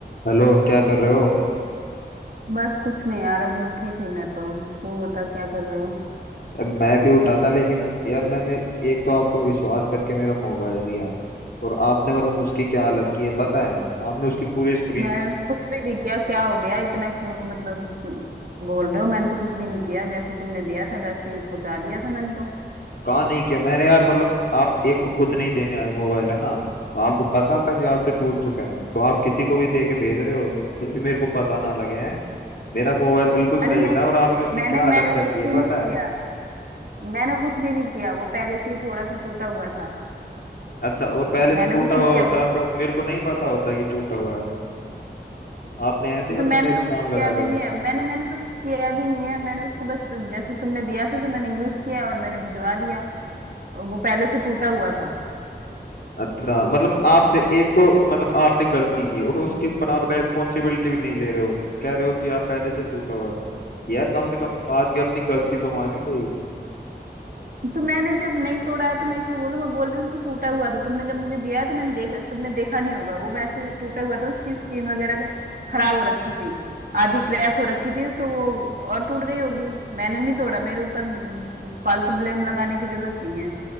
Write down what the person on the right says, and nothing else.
बस कुछ नहीं यार अभी उठी थी मैं तो तू बता क्या कर रहे हो
मैं
कुछ भी नहीं किया क्या हो गया इतना क्यों मतलब हम्म, बोल रहे हो मैंने तो कुछ भी नहीं किया जैसे तुमने दिया था वैसे ही पहुंचा दिया था मैंने तो
अरे नहीं
मैंने
मैंने
कुछ
भी
नहीं किया
मैंने कुछ भी नहीं किया वो पहले से ही थोड़ा सा टूटा हुआ था
मैंने
कुछ
नहीं किया
उससे
हाँ,
तो मैंने
तो
कुछ
किया
भी
नहीं है मैंने मैंने तो कुछ किया भी नहीं है मैंने उसको बस जैसे तुमने दिया था तो मैंने यूज किया और मैंने भिजवा दिया और वो पहले से टूटा हुआ था
तो मैंने जब नहीं तोड़ा है तो मैं क्यों बोलूं मैं बोल रही हूँ वो टूटा हुआ था तुमने जब मुझे दिया है तो मैंने देखा तुमने देखा नहीं होगा वो वैसे टूटा हुआ था उसकी स्किन वगैरह खराब हो रखी थी आधी क्रैक हो रखी थी तो वो और टूट गई होगी मैंने नहीं तोड़ा मेरे ऊपर म, म, फालतू ब्लेम लगाने की जरूरत नहीं है